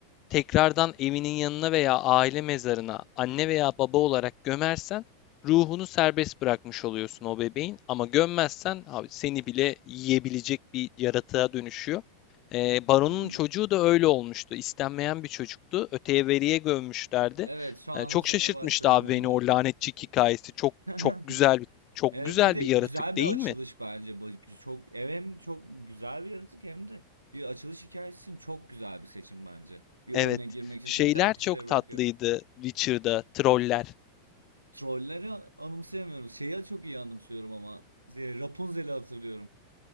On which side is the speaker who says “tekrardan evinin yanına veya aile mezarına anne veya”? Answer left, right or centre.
Left